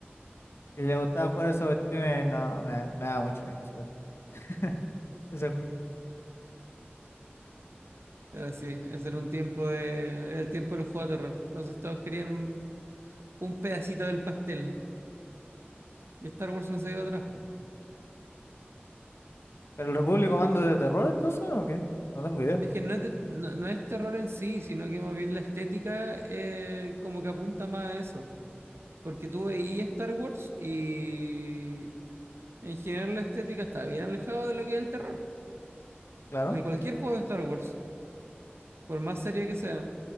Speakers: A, on the left; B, on the right.
A: Y le gustaba jugar esa cuestión y no, me, me da mucho miedo esa cuestión. <laughs> Ese juego.
B: Pero sí, ese era un tiempo de. Era el tiempo de los juegos de terror. Entonces todos querían un, un pedacito del pastel. Y Star Wars no se dio atrás. po.
A: ¿Pero el Republic Commando de terror entonces o qué? No tengo idea.
B: Es que no es, de- no, no es terror en sí, sino que más bien la estética eh, como que apunta más a eso. Porque tú veías Star Wars y en general la estética está bien alejada de lo que es el terror.
A: Claro.
B: De cualquier juego de Star Wars, por más serio que sea.